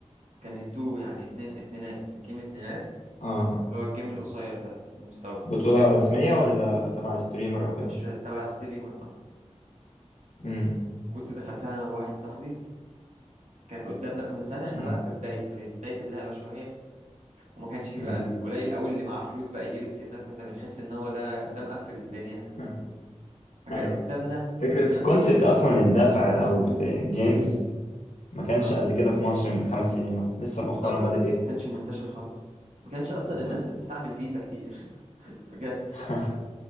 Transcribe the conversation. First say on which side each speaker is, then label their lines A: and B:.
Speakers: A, on the right; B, on the left.
A: كانت دو يعني اتنين اتنينات جيم اتنينات
B: اه آه.
A: اللي هو الجيم القصير ده المستوى
B: بطولة رسمية ولا تبع ستريمر او كده
A: مش تبع ستريمر اه
B: امم
A: كنت دخلتها انا وواحد صاحبي كان قدامنا كنا ساعتها احنا
B: امم
A: بقى في بداية في بداية اللعبة شوية وما كانش فيه
B: امم
A: بقى قليل قوي اللي معاه فلوس بقى يجيب سكنات كنا بنحس ان هو ده ده مقفل الدنيا
B: <laughs>
A: فكان
B: هاي
A: قدامنا
B: فكرة
A: فضلنا
B: في كونسبت اصلا الدفع او في جيمز ما كانش
A: اه
B: قد كده في مصر من خمس سنين مثلا لسه مؤخرا
A: بالظبط
B: بدأ
A: ما
B: ايه
A: كانش منتشر خالص ما كانش اصلا
B: بالظبط
A: الناس بتستعمل فيزا كتير <laughs> بجد
B: <laughs>